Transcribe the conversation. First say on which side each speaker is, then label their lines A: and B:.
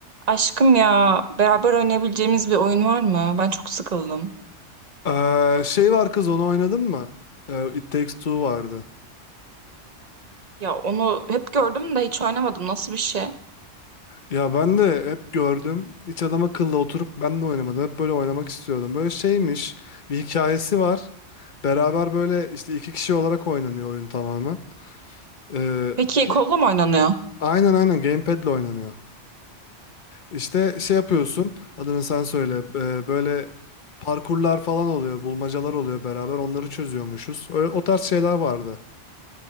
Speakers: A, on the right; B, on the left.
A: Aşkım ya beraber oynayabileceğimiz bir oyun var mı? Ben çok sıkıldım.
B: Ee, şey var kız onu oynadın mı? Ee, It Takes Two vardı.
A: Ya onu hep gördüm de hiç oynamadım. Nasıl bir şey?
B: Ya ben de hep gördüm. Hiç adam akıllı oturup ben de oynamadım. Hep böyle oynamak istiyordum. Böyle şeymiş. Bir hikayesi var. Beraber böyle işte iki kişi olarak oynanıyor oyun tamamen. Ee,
A: Peki
B: bir-
A: kolla mı oynanıyor?
B: aynen aynen gamepad'le oynanıyor. İşte şey yapıyorsun. Adını sen söyle. Ee, böyle parkurlar falan oluyor. Bulmacalar oluyor beraber. Onları çözüyormuşuz. Öyle, o tarz şeyler vardı.